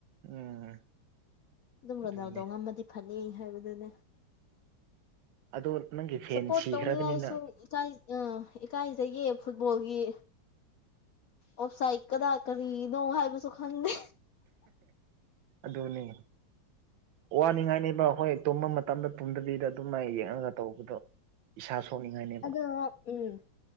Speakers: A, on the right; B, on the left.
A: ꯎꯝ
B: ꯑꯗꯨꯝ
A: ꯑꯗꯨꯅꯦ
B: ꯔꯣꯅꯥꯜꯗꯣ ꯉꯝꯃꯗꯤ ꯐꯅꯤ ꯍꯥꯏꯕꯗꯨꯅꯦ
A: ꯑꯗꯣ ꯅꯪꯒꯤ ꯐꯦꯟ
B: ꯁꯞꯄꯣꯔꯠ
A: ꯁꯤꯈ꯭ꯔꯕꯅꯤꯅ
B: ꯇꯧꯅꯤꯡꯉꯥꯏꯁꯨ ꯏꯀꯥꯏ ꯑ ꯏꯀꯥꯏꯖꯒꯤ ꯐꯨꯠꯕꯣꯜꯒꯤ ꯑꯣꯦꯞꯁꯥꯏꯠ ꯀꯗꯥ ꯀꯔꯤꯅꯣ ꯍꯥꯏꯕꯁꯨ ꯈꯪꯗꯦ
A: ꯑꯗꯨꯅꯤ ꯋꯥꯅꯤꯡꯉꯥꯏꯅꯦꯕ ꯍꯣꯏ ꯇꯣꯝꯕ ꯃꯇꯝꯗ ꯇꯨꯝꯗꯕꯤꯗ ꯑꯗꯨꯝ ꯃꯥꯏ ꯌꯦꯡꯉꯒ ꯇꯧꯕꯗꯣ ꯏꯁꯥ ꯁꯣꯛꯅꯤꯡꯉꯥꯏꯅꯦꯕ
B: ꯑ ꯎꯝ